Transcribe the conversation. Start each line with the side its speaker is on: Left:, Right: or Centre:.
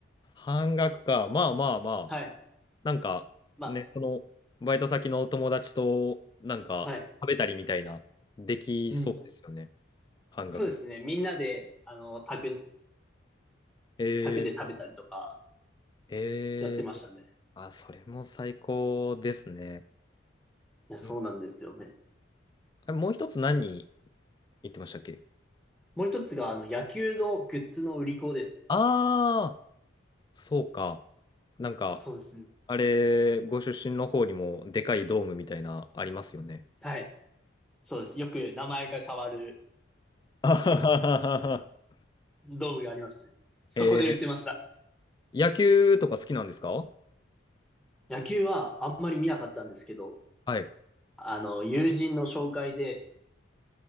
Left: 半額か。まあまあまあ。
Centre: はい。
Left: なんか、
Centre: ま
Left: ね、その、バイト先のお友達と、なんか、
Centre: あ、はい。
Left: 食べたりみたいな、できそうですよね。
Centre: うん。
Left: 半額。
Centre: そうですね。みんなで、あの、宅、
Left: え
Centre: 宅で食べたりとか
Left: ー、えー、
Centre: やってましたね。い
Left: あ、それも最高ですね。
Centre: や、そうなんですよね。
Left: いあもう一つ何言ってましたっけ
Centre: もう一つが、あの、野球のグッズの売り子です。
Left: ああー、そうか。なんか、
Centre: そうですね。
Left: あれ、ご出身の方にも、でかいドームみたいな、ありますよね。
Centre: はい。そうです。よく名前が変わる
Left: <laughs> あはははは
Centre: ドームがありますね。そこで売ってました。
Left: えー、野球とか好きなんですか
Centre: 野球はあんまり見なかったんですけど、
Left: はい。
Centre: あの、友人の紹介で、